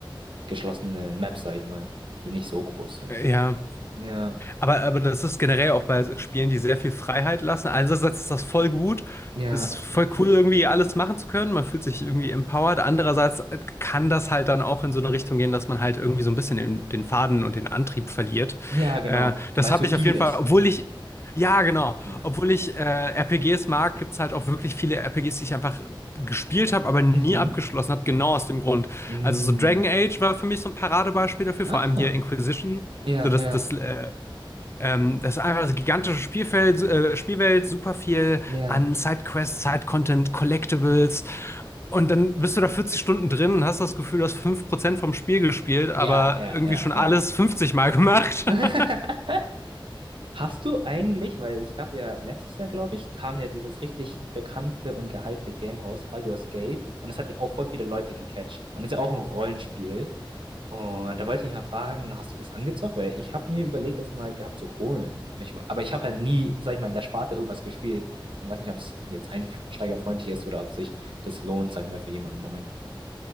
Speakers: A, on the right; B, on the left.
A: geschlossene Maps, sag ich mal, die nicht so groß sind.
B: Ja.
A: Ja,
B: Aber, aber das ist generell auch bei Spielen, die sehr viel Freiheit lassen. Einerseits ist das voll gut,
A: ja.
B: es ist voll cool, irgendwie alles machen zu können. Man fühlt sich irgendwie empowered. Andererseits kann das halt dann auch in so eine Richtung gehen, dass man halt irgendwie so ein bisschen den, den Faden und den Antrieb verliert.
A: Ja, genau,
B: Äh, das
A: weil es
B: habe
A: so
B: ich
A: viel
B: auf jeden
A: ist.
B: Fall, obwohl ich, ja, genau,
A: Ja.
B: obwohl ich äh, RPGs mag, gibt's halt auch wirklich viele RPGs, die ich einfach gespielt habe, aber nie
A: Mhm.
B: abgeschlossen habe, genau aus dem Grund.
A: Mm.
B: Also so Dragon Age war für mich so ein Paradebeispiel dafür,
A: Ah,
B: vor allem hier Inquisition.
A: ja,
B: So, das,
A: ja,
B: das äh, ähm, das ist einfach das gigantische Spielfeld, äh, Spielwelt, super viel
A: ja,
B: an Sidequests, Side-Content, Collectibles. Und dann bist du da 40 Stunden drin und hast das Gefühl, du hast 5% vom Spiel gespielt, aber
A: ja, ja,
B: irgendwie
A: ja,
B: schon
A: ja.
B: alles 50 Mal gemacht.
A: <laughs>
B: <laughs>
A: Hast du eigentlich, weil es gab ja letztes Jahr, glaube ich, kam ja dieses richtig bekannte und gehypte Game raus, Baldur's Gate, und das hat ja auch voll viele Leute gecatcht. Und das ist ja auch ein Rollenspiel. Und da wollte ich mal fragen, hast du das angezockt? Weil ich habe mir überlegt, das mal gehabt zu holen. Ich, aber ich habe halt nie, sag ich mal, in der Sparte irgendwas gespielt. Und weiß nicht, ob es jetzt einsteigerfreundlich ist oder ob sich das lohnt, sag ich mal, für jemanden neuen.